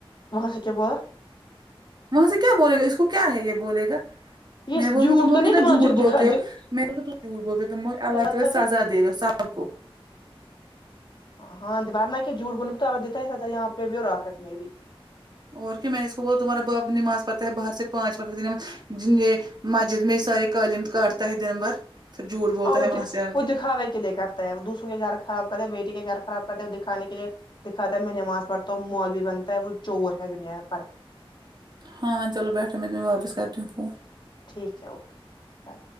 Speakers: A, on the left (about 50°); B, on the right (about 45°).
A: وہاں سے کیا بولا
B: وہاں سے کیا بولے گا اس کو کیا ہے یہ بولے گا
A: یہ
B: میں نے بولا
A: جھوٹ
B: کے تم لوگ
A: تو نہیں
B: کتنا جھوٹ بولتے
A: دکھا
B: ہو میں نے بولے تو جھوٹ بولتے ہو تم کو اللہ
A: مطلب
B: تعالی تمہیں سزا
A: پھر
B: دے گا سب اپ کو
A: ہاں دیوار نا کہ جھوٹ بول نے بھی تو دیتا ہے سزا یہاں پہ بھی اور آخرت میں بھی
B: اور کیوں میں نے اس کو بولا تمہارا با نماز پڑتا ہے باہر سے پانچ وقت نماز دن میں مسجد میں سارے قالن کاٹتا ہے دن بھر پھر جھوٹ بولتا
A: اور وہ
B: ہے
A: دیکھ
B: وہاں سے آ
A: وہ
B: کے
A: دکھاوے کے لیے کرتا ہے وہ دوسروں کے گھر خراب کرتا ہے بیٹے کے گھر خراب کرتا ہے وہ دکھانے کے لیے دکھاتا ہے میں نماز پڑھتا ہوں مولوی بنتا ہے وہ چور ہے دنیا پرک
B: ہاں چلو بیٹھو میں تمہیں واپس کرتی ہوں فون
A: ٹھیک ہے اوکے بائے